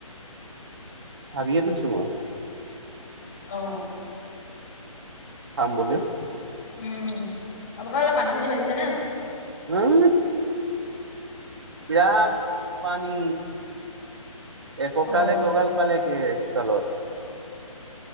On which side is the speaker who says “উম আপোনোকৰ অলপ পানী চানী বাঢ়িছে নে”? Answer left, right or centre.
Left